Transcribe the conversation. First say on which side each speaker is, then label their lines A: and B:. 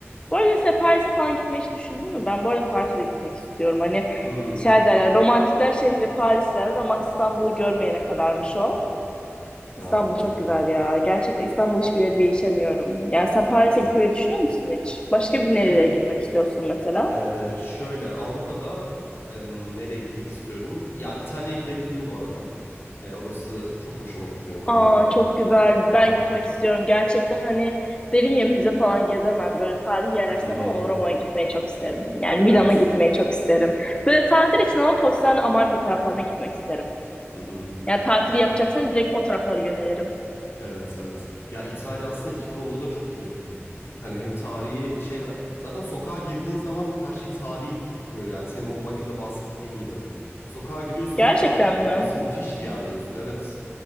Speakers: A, on the left; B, on the left.
A: Bu arada mesela Paris'e falan gitmeyi hiç düşündün mü? Ben bu arada Paris'e de gitmek istiyorum. Hani
B: Hmm.
A: şey derler, romantikler şehri Paris derler ama İstanbul'u görmeyene kadarmış o.
B: Ha,
A: İstanbul çok güzel ya. Gerçekten İstanbul hiçbir yere değişemiyorum. Yani sen
B: evet.
A: Paris'e gitmeyi düşünüyor musun hiç? Başka bir
B: Ya
A: nerelere
B: Şimdi
A: gitmek istiyorsun mesela?
B: e, şöyle Avrupa'da em, nereye gitmek istiyorum? Ya İtalya'ya gidebildim bu arada. E, orası çok hoşuma gitti benim Roma'da
A: Aa çok güzel.
B: böyle.
A: Ben
B: Hı hı.
A: gitmek istiyorum. Gerçekten hani dedim ya müze falan gezemem. Böyle tarihi yerler sevmem
B: Hı hı.
A: ama Roma'ya gitmeyi çok isterim. Yani
B: Evet.
A: Milan'a gitmeyi çok isterim. Böyle tatil için ama Positano Amalfi taraflarına gitmek isterim.
B: Hı hı.
A: Yani tatili
B: Ya
A: yapacaksan direkt o taraflara yönelirim.
B: evet evet. Ya İtalya aslında iki konuda da çok iyi. Hani hem tarihi şeyler. Zaten sokağa girdiğin zaman her şey tarihi kokuyor. Yani senin o Bakü'de bahsettiğin gibi. Sokağa giriyorsun
A: Gerçekten
B: ve "Ya burası
A: mi?
B: müthiş bir yer diyorsun. Evet.